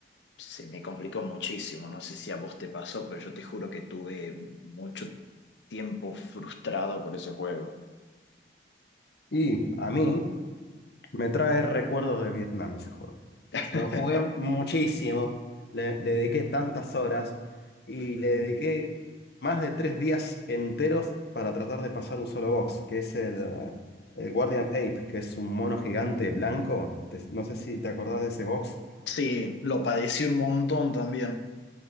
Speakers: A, on the left (about 85°); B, on the left (about 60°).
A: se me complicó muchísimo. No sé si a vos te pasó, pero yo te juro que tuve mucho tiempo frustrado por ese juego.
B: Y a mí Me trae recuerdos de Vietnam ese juego.
A: <laughs>
B: Lo jugué muchísimo, le, le dediqué tantas horas y le dediqué más de tres días enteros para tratar de pasar un solo box, que es el, eh, el Guardian Ape, que es un mono gigante blanco. Te- no sé si te acordás de ese box.
A: Sí, lo padecí un montón también.